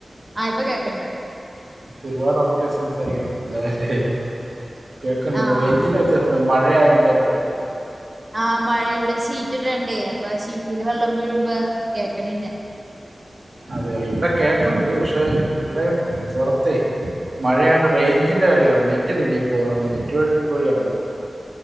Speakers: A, on the right; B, on the right.
A: ആ ഇപ്പൊ കേക്കണ്ട്
B: ഒരുപാട് ഒറക്കെ സംസാരിക്കാൻ <unintelligible> കേക്കണ്ട്
A: ആഹ്
B: ഇവിടെ റേയ്ഞ്ചിന്റെ
A: ആഹ് ആഹ്
B: വത്യാസം ഉണ്ടാവും മഴയായൊകൊണ്ടായിരിക്കും
A: ആ മഴ ഇവിടെ ഷീറ്റിട്ടണ്ടേ അപ്പൊ ഷീറ്റിന്ന് വെള്ളം വീഴുമ്പോ കേക്കണില്ല
B: അതേ ഇവിടെ കേൾക്കണുണ്ട് പക്ഷെ ഇവിടെ പുറത്തേ മഴയൊണ്ട് റേഞ്ചിന്റെ കാര്യവാണ് നെറ്റിലല്ലെ പോണത് നെറ്റ് വർ‌ക്ക് വഴിയാണല്ലൊ പോ